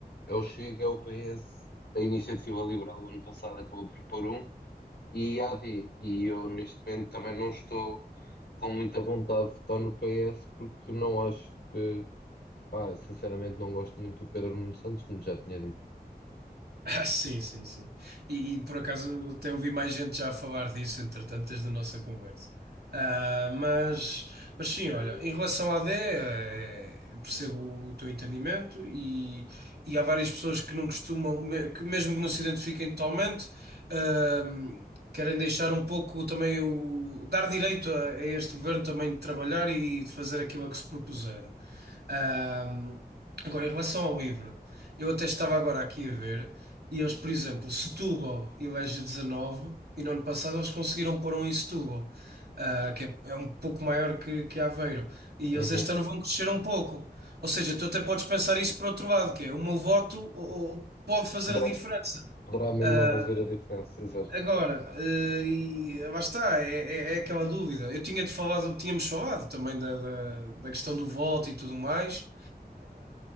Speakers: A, on the left; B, on the right.
A: é o Chega, é o PS, a Iniciativa Liberal o ano passado acabou por pôr um, e há e eu neste momento também não estou com muita vontade de votar no PS porque não acho que, pá, sinceramente não gosto muito do Pedro Nuno Santos, como já tinha dito.
B: <laughs> Ah, sim, sim, sim. E, e, por acaso até ouvi mais gente já a falar disso, entretanto, desde a nossa conversa. Ah, mas, mas sim, olha, em relação à AD, eh, eu percebo o teu entendimento e, e há várias pessoas que não costumam, me- que mesmo que não se identifiquem totalmente, ahm, querem deixar um pouco também o, dar direito a, a este governo também de trabalhar e de fazer aquilo a que se propuseram. Ahm, agora, em relação ao livro. Eu até estava agora aqui a ver. E eles, por exemplo, Setúbal e o Eja 19, e no ano passado eles conseguiram pôr um em Setúbal, ah, que é, é um pouco maior que, que Aveiro. E
A: Uhum.
B: eles este ano vão crescer um pouco. Ou seja, tu até podes pensar isso por outro lado, que é o meu voto ou- ou pode fazer
A: Poderá,
B: a diferença.
A: poderá mesmo
B: Ah,
A: fazer a diferença, exato.
B: agora, eh, e lá está, é, é- é aquela dúvida. Eu tinha-te falado, tínhamos falado também da, da, da questão do voto e tudo mais.